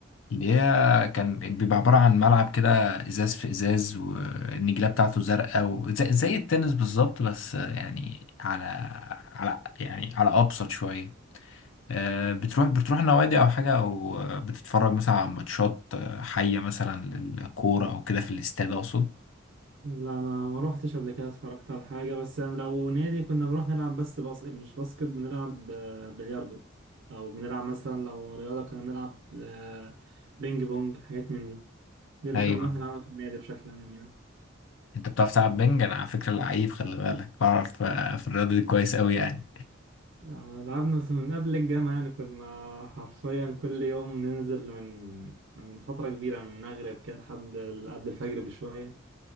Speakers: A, on the left; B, on the right.
A: اللي هي كان بيبقى عبارة عن ملعب كده ازاز في ازاز والنجيلة بتاعته زرقاء وزي زي التنس بالظبط بس آه، يعني على على يعني على ابسط شوية آه، بتروح بتروح نوادي او حاجة او آه، بتتفرج مثلا على ماتشات آه، حية مثلا للكورة او كده في الاستاد اقصد
B: لا انا ما روحتش قبل كده اتفرجت على حاجه بس انا لو نادي كنا بنروح نلعب بس باسكت مش باسكت بنلعب آه، بلياردو او بنلعب مثلا لو رياضه كنا بنلعب آه، بينج بونج حاجات من دي دي اللي
A: ايوه
B: كنا بنروح نلعبها في النادي بشكل عام يعني
A: انت بتعرف تلعب بنج انا على فكره لعيب خلي بالك بعرف آه، في الرياضه دي كويس قوي يعني
B: آه، لعبنا بس من قبل الجامعه يعني كنا حرفيا كل يوم ننزل من من فتره كبيره من المغرب كده لحد ال- قبل الفجر بشويه